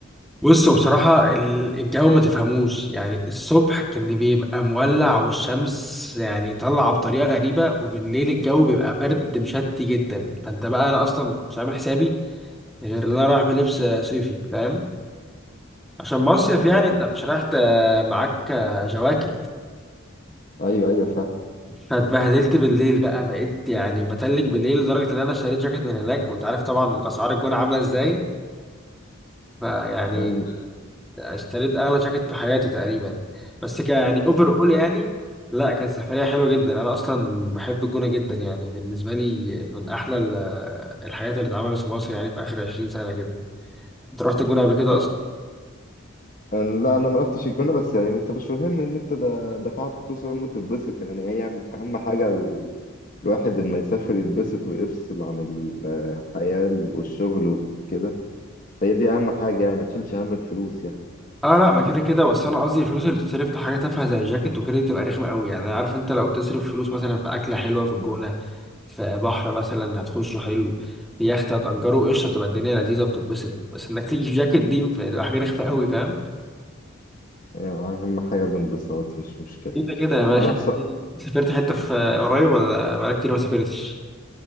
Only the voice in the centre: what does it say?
بصوا بصراحة ال- الجو ما تفهموش يعني الصبح كان بيبقى مولع والشمس يعني طالعة بطريقة غريبة وبالليل الجو بيبقى برد مشتي جدا فانت بقى انا اصلا ما كنتش عامل حسابي غير ان انا رايح بلبس صيفي فاهم عشان مصيف
يعني انت
مش رايح ت- معاك جواكت
فاتبهدلت بالليل بقى بقيت يعني بتلج بالليل لدرجة إن أنا اشتريت جاكيت من هناك وأنت عارف طبعا أسعار الجونة عاملة إزاي فيعني
اشتريت أغلى جاكيت في حياتي تقريبا بس ك يعني أوفر أول يعني لا كانت سفرية حلوة جدا أنا أصلا بحب الجونة جدا يعني بالنسبة لي من أحلى ال- الحاجات اللي اتعملت في مصر يعني في آخر 20 سنة كده أنت رحت الجونة قبل كده
أصلا؟
اه لا ما كده كده بس انا قصدي الفلوس اللي بتصرف في حاجه تافهه زي جاكيت وكده دي بتبقى رخمه قوي يعني عارف انت لو تصرف فلوس مثلا في اكله حلوه في الجونه في بحر مثلا هتخشه حلو في يخت هتأجره قشطة تبقى الدنيا لذيذة بتتبسط بس انك تيجي في جاكيت دي بتبقى حاجة رخمة قوي فاهم
كده كده يا باشا
سافرت حتة في قريب ولا بقالك كتير ما سافرتش